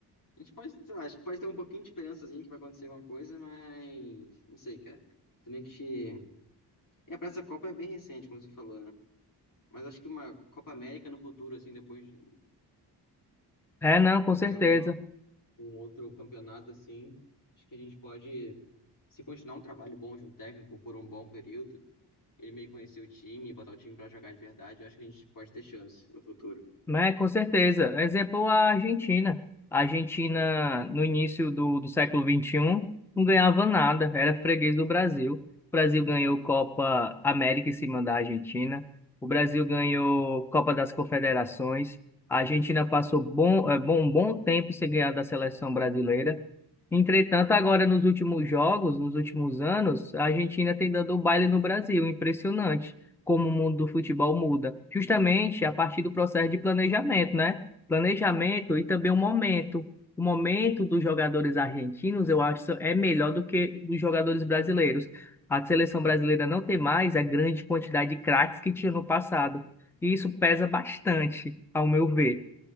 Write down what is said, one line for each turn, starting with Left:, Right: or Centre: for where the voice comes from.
Left: a gente pode, sei lá, a gente pode ter um pouquinho de esperançazinha que vai acontecer alguma coisa, mas não sei, cara. Também que é pra essa Copa é bem recente, como você falou, né? Mas acho que uma Copa América no futuro, assim, depois de
Centre: é não, com
Left: ter
Centre: certeza.
Left: uma- um outro campeonato assim, acho que a gente pode, se continuar um trabalho bom de um técnico por um bom período ele meio conhecer o time, botar o time pra jogar de verdade, eu acho que a gente pode ter chance no futuro.
Centre: Né, com certeza. Exemplo, a Argentina. A Argentina, no início do, do século vinte e um não ganhava nada, era freguês do Brasil. O Brasil ganhou Copa América em cima da Argentina. O Brasil ganhou Copa das Confederações. A Argentina passou bom, eh, bom, um bom tempo sem ganhar da seleção brasileira. Entretanto, agora nos últimos jogos, nos últimos anos, a Argentina tem dado o baile no Brasil. Impressionante como o mundo do futebol muda. Justamente a partir do processo de planejamento, né? Planejamento e também o momento. O momento dos jogadores argentinos, eu acho, é melhor do que dos jogadores brasileiros. A seleção brasileira não tem mais a grande quantidade de craques que tinha no passado. E isso pesa bastante, ao meu ver.